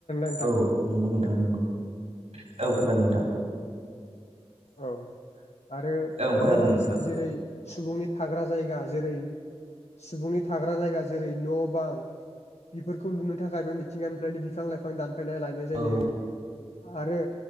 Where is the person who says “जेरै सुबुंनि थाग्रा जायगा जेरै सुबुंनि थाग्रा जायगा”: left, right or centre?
Left